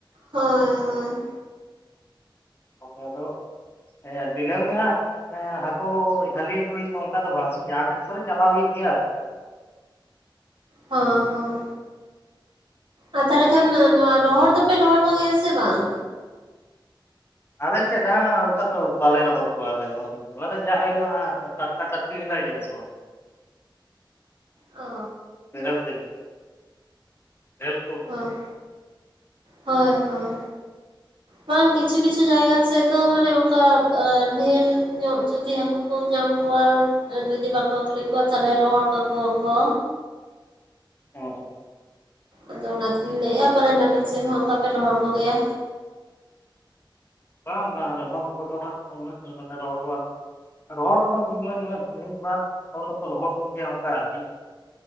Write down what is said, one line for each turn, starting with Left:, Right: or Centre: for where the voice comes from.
Right: ᱦᱳᱭ ᱦᱳᱭ
Left: ᱦᱳᱭ, ᱟᱫᱚ ᱦᱮᱸ ᱫᱤᱱᱟᱹᱢ ᱜᱮ ᱦᱟᱸᱜ ᱢᱟᱱᱮ ᱦᱟᱹᱠᱩ ᱡᱷᱟᱹᱞᱤ ᱟᱹᱜᱩ ᱦᱩᱭᱩᱜ ᱚᱱᱠᱟ ᱫᱚ ᱵᱟᱝ ᱡᱟᱦᱟᱸ ᱛᱤᱥ ᱠᱚᱨᱮ ᱪᱟᱞᱟᱣ ᱦᱩᱭᱩᱜ ᱜᱮᱭ ᱟᱨᱠᱤ᱾
Right: ᱦᱚᱸ ᱦᱚᱸ ᱟᱨ ᱛᱟᱦᱚᱞᱮ
Left: ᱚ
Right: ᱠᱷᱟᱱ ᱱᱚᱣᱟ ᱨᱚᱦᱚᱲ ᱫᱚᱯᱮ ᱨᱚᱦᱚᱲ ᱠᱚ ᱜᱮᱭᱟ ᱥᱮ ᱵᱟᱝ?
Left: ᱟᱞᱮ ᱥᱮᱫ ᱦᱟᱸᱜ ᱚᱱᱠᱟ ᱫᱚ ᱵᱟᱞᱮ ᱨᱚᱦᱚᱲ ᱠᱚᱣᱟ ᱟᱞᱮ ᱫᱚ ᱚᱱᱟ ᱫᱚ ᱡᱟ ᱦᱩᱭᱱᱟ ᱴᱟᱴᱠᱟ ᱴᱟᱴᱠᱤ ᱜᱮᱞᱮ ᱡᱚᱢ ᱠᱚᱣᱟ
Right: ᱚ
Left: ᱵᱮᱨᱮᱞ ᱛᱮᱜᱮ <unintelligible>
Right: ᱦᱚᱸ ᱦᱳᱭ ᱦᱳᱭ
Left: <inaudible>
Right: ᱵᱟᱝ ᱠᱤᱪᱷᱩ ᱠᱤᱪᱷᱩ ᱡᱟᱭᱜᱟ ᱥᱮᱫ ᱫᱚ ᱢᱟᱱᱮ ᱚᱱᱠᱟ ᱰᱷᱮᱨ ᱧᱚᱜ ᱡᱩᱫᱤ ᱦᱟᱠᱩ ᱠᱚ ᱠᱚ ᱧᱟᱢ ᱠᱚᱣᱟ ᱡᱩᱫᱤ ᱵᱟᱠᱚ ᱟᱹᱠᱷᱨᱤᱧ ᱠᱚᱣᱟ ᱛᱟᱦᱚᱞᱮ ᱨᱚᱦᱚᱲ ᱠᱟᱠᱚᱣᱟ ᱠᱚ
Left: ᱚ
Right: ᱟᱫᱚ ᱚᱱᱟ ᱛᱮᱞᱤᱧ ᱞᱟᱹᱭᱮᱜᱼᱟ᱾ ᱯᱟᱞᱮᱱ ᱟᱹᱵᱤᱱ ᱥᱮᱫ ᱦᱚᱸ ᱚᱱᱠᱟ ᱯᱮ ᱨᱚᱦᱚᱲ ᱠᱚ ᱜᱮᱭᱟ᱾
Left: ᱵᱟᱝ ᱵᱟᱝ ᱨᱚᱦᱚᱲ ᱠᱚ ᱫᱚ ᱦᱟᱸᱜ ᱩᱱᱟᱹᱜ ᱫᱚ ᱵᱟᱞᱮ ᱨᱚᱦᱚᱲ ᱠᱟᱣᱟ ᱥᱮ ᱨᱚᱦᱚᱲ ᱫᱚ ᱠᱚ ᱢᱤᱫ ᱵᱟᱨ ᱦᱚᱲ ᱫᱚᱠᱚ ᱨᱚᱦᱚᱲ ᱠᱚ ᱜᱮᱭᱟ ᱚᱱᱠᱟ ᱟᱨᱠᱤ